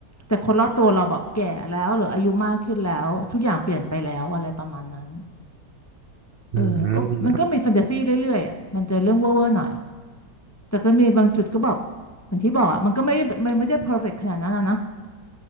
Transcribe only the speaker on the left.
แต่คนรอบตัวเราแบบแก่แล้วหรืออายุมากขึ้นแล้วทุกอย่างเปลี่ยนไปแล้วอะไรประมาณนั้นเออแล้วก็มันก็มีแฟนตาซีเรื่อยๆอ่ะมันจะเรื่องเว่อร์ๆหน่อย
แต่ก็มีบางจุดก็แบบอย่างที่บอกอ่ะมันก็ไม่มันไม่ได้เพอร์เฟกต์ขนาดนั้นอะนะ